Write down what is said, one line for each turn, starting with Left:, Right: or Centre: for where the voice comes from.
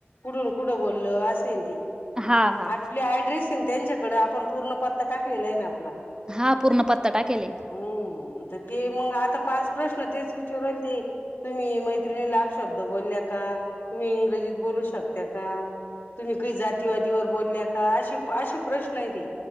Left: कुडून कुड बोलल असं ये ते
Right: हा हा
Left: आपली ऍड्रेस हेन त्यांच्याकडं आपण पूर्ण पत्ता टाकलेला हाय ना आपला
Right: हा पूर्ण पत्ता टाकेले.
Left: हम्म तर ते मंग आता पाच प्रश्न तेच विचारू राहिले ते तुम्ही मैत्रिणीला अपशब्द बोलल्या का? तुम्ही इंग्रजीत बोलू शकत्या का? तुम्ही काही जातीवादीवर बोलल्या का? असे असे प्रश्न हाय ते